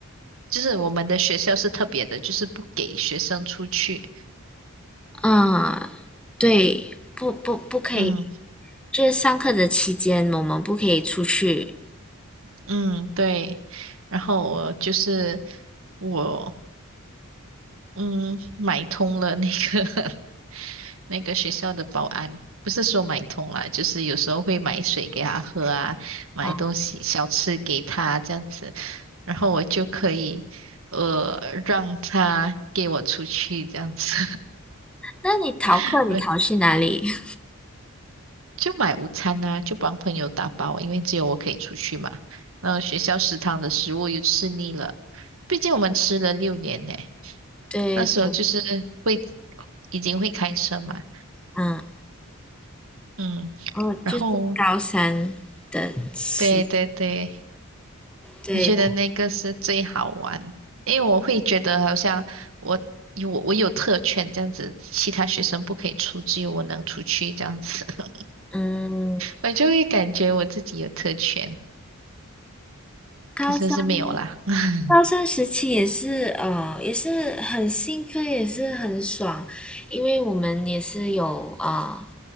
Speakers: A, on the right; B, in the centre.
A: 就是我们的学校是特别的，就是不给学生出去。
B: 嗯，对，不不不可以，
A: 嗯
B: 就是上课的期间我们不可以出去。
A: 嗯，对。然后我就是我嗯买通了那个 <laughs> 那个学校的保安，不是说买通了，就是有时候会买水给他喝啊，买东西小吃给他这样子，
B: 嗯，
A: 然后我就可以呃让他给我出去这样子，
B: 那你逃课，
A: <laughs>
B: 你逃去哪里？<laughs>
A: 就买午餐啊，就帮朋友打包，因为只有我可以出去嘛。然后学校食堂的食物又吃腻了，毕竟我们吃了六年呢。
B: 对对，
A: 那时候就是会已经会开车嘛，
B: 嗯，
A: 嗯，
B: 哦，
A: 然后
B: 就是高三的时，
A: 对对对，
B: 对，
A: 我觉得那个是最好玩，因为我会觉得好像我有我有特权这样子，其他学生不可以出，只有我能出去这样子，<laughs>
B: 嗯，
A: 我就会感觉我自己有特权，
B: 高三
A: 可是是没有啦。<laughs>
B: 高三时期也是，呃，也是很兴奋，也是很爽，因为我们也是有啊、呃、